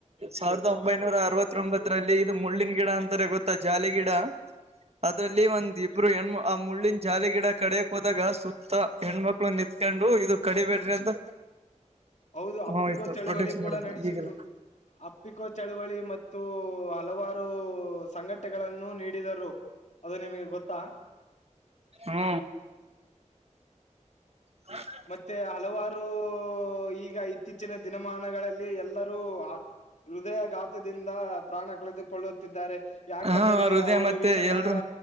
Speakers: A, on the right; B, on the left.
A: ಸಾವಿರದ ಒಂಬೈನೂರ ಅರವತ್ತೊಂಬತ್ತರಲ್ಲಿ ಇದು ಮುಳ್ಳಿನ ಗಿಡ ಅಂತಾರೆ ಗೊತ್ತ? ಮತ್ತ ಜಾಲಿ ಗಿಡಾ ಅದ್ರಲ್ಲಿ ಒಂದ ಇಬ್ರು ಹೆಣ್ಮ ಆ ಮುಳ್ಳಿನ ಜಾಲಿ ಗಿಡ ಕಡಿಯಕ್ ಹೋದಾಗ ಸುತ್ತ ಹೆಣ್ಮಕ್ಳು ನಿತ್ಕೊಂಡು ಇದು ಕಡಿಬೇಡ್ರಿ ಅಂತ
B: ಹೌದು ಅಪ್ಪಿಕೋ
A: ಹ ಆಯ್ತು
B: ಚಳವಳಿ
A: ಪ್ರೊಟೆಕ್ಷನ್
B: ಕೂಡ
A: ಮಾಡಿದ್ರು
B: ನಡೆಸಿದ್ರು
A: ಈಗೆಲ್ಲ
B: ಅಪ್ಪಿಕೋ ಚಳವಳಿ ಮತ್ತು ಹಲವಾರು ಸಂಘಟಗಳನ್ನು ನೀಡಿದರು ಅದು ನಿಮಗೆ ಗೊತ್ತಾ?
A: ಹು <unintelligible>
B: ಮತ್ತೆ ಹಲವಾರು ಈಗ ಇತ್ತೀಚಿನ ದಿನಮಾನಗಳಲ್ಲಿ ಎಲ್ಲರೂ... ಹೃದಯಘಾತದಿಂದ ಪ್ರಾಣ ಕಳೆದುಕೊಳ್ಳುತ್ತಿದ್ದಾರೆ. ಯಾಕೆಂದ್ರ
A: ಹಾ ಹೃದಯ
B: ಅವರು
A: ಮತ್ತೆ
B: ವಿಷಕಾರ
A: ಎಲ್ರು